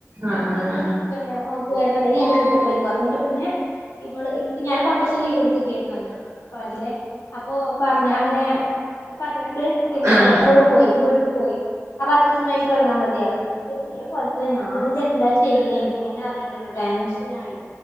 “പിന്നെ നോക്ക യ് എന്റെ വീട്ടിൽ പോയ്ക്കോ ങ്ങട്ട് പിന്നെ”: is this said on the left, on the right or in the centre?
Left